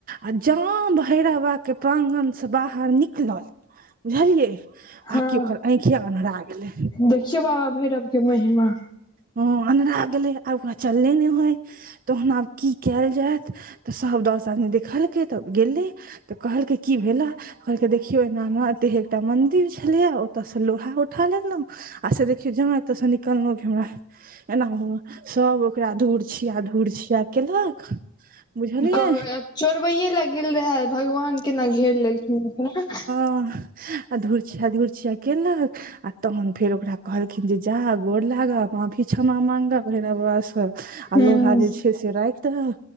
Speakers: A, on the right (about 40°); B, on the left (about 20°).
A: आ जा भैरव बाबा के प्रांगन से बाहर निकलल बुझलियै
B: हँ
A: आ कि ओकर आँखि अन्हरा गेलै
B: देखियौ बाबा भैरव के महिमा
A: हां अन्रारा गेलय आब ओकरा चलले नहि होय तहना आब की कयल जायत तऽ सभ दस आदमी देखलकै तऽ गेलै तऽ कहलकै की भेला कहलकै देखियौ एना एना एते एकटा मंदिर छलैए ओतय सँ लोहा उठा लेलहुँ असे देखियौ जाहा तऽ अस निकल हमरा एना हु सभ ओकरा धुर छिया धुर छिया केलक बुझलियै
B: कहलक चोरबैए लए गेल रहै भगवान केना घेर लेलखिन अपरा
A: हँह आ धूर छिया घूर छिया केलक आ तहन फेर ओकरा कहलखिन जे जा गोर लागा माफी क्षमा मांगअ भेरव बाबा से आ
B: हूँ
A: लोहा जे छै से से राखि देल